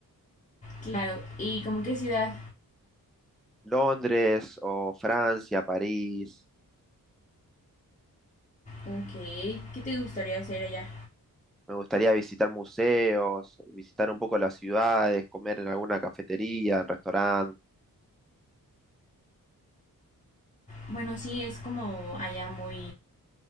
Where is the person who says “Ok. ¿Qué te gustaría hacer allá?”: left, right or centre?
Left